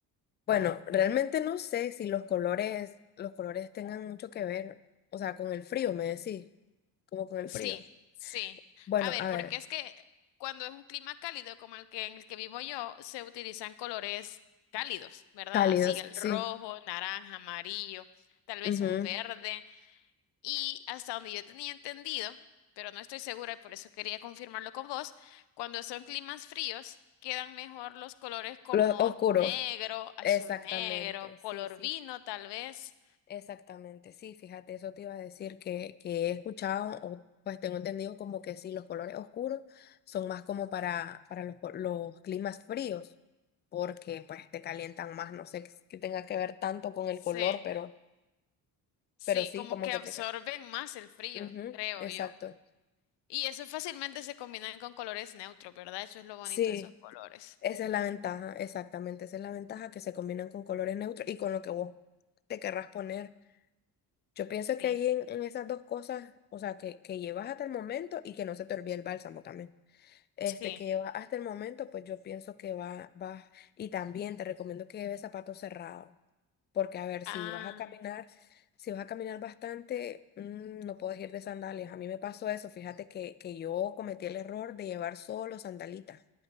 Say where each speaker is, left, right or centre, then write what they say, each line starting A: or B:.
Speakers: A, on the left; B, on the left.
A: Bueno, realmente no sé si los colores, los colores tengan mucho que ver, o sea, con el frío, me decís, como con el
B: Sí,
A: frío.
B: sí.
A: Bueno,
B: A ver,
A: a
B: porque
A: ver,
B: es que cuando es un clima cálido como el que en el que vivo yo, se utilizan colores cálidos, ¿verdad?
A: cálidos,
B: Así el
A: sí.
B: rojo, naranja, amarillo, tal vez
A: Ujú.
B: un verde. Y hasta donde yo tenía entendido, pero no estoy segura y por eso quería confirmarlo con vos, cuando son climas fríos quedan mejor los colores como
A: Los oscuros,
B: negro, azul
A: exactamente,
B: negro, color
A: sí, sí.
B: vino tal vez.
A: Exactamente, sí, fíjate, eso te iba a decir que, que he escuchado, o pues tengo entendido como que sí, los colores oscuros son más como para, para los, co- los climas fríos, porque pues te calientan más, no sé qué qué tenga que ver tanto con el
B: Sí,
A: color, pero,
B: sí,
A: pero sí,
B: como
A: como
B: que
A: que
B: absorben
A: te
B: más el frío,
A: calientan.
B: creo
A: exacto.
B: yo. Y eso fácilmente se combinan con colores neutros, ¿verdad? Eso es lo bonito
A: Sí,
B: de esos colores.
A: esa es la ventaja, exactamente, esa es la ventaja que se combinan con colores neutros y con lo que vos te querrás poner. Yo pienso
B: Sí,
A: que ahí en, en esas dos cosas, o sea, que, que llevas hasta el momento y que no se te olvide el bálsamo también este,
B: sí.
A: que lleva hasta el momento, pues yo pienso que va, va. Y también te recomiendo que lleves zapatos cerrados, porque a ver,
B: Ah.
A: si vas a caminar, si vas a caminar bastante, mm, no puedes ir de sandalias. A mí me pasó eso, fíjate que, que yo cometí el error de llevar solo sandalitas.